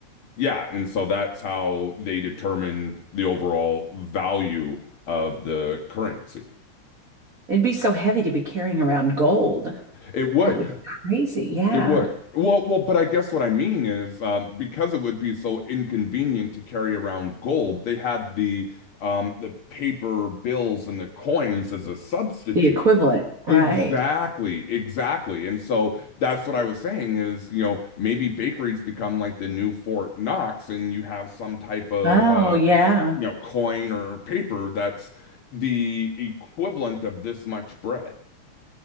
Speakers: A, on the left (about 50°); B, on the right (about 35°).
A: yeah, and so that's how they determine the overall value of the currency.
B: It'd be so heavy to be carrying around gold.
A: It would.
B: That would be crazy. Yeah.
A: It would. Well, well, but I guess what I mean is um, because it would be so inconvenient to carry around gold, they had the um, the paper bills and the coins as a substitute.
B: The equivalent, right?
A: Exactly, exactly. And so that's what I was saying is, you know, maybe bakeries become like the new Fort Knox, and you have some type of
B: Oh,
A: uh,
B: yeah.
A: you know, coin or paper that's the equivalent of this much bread,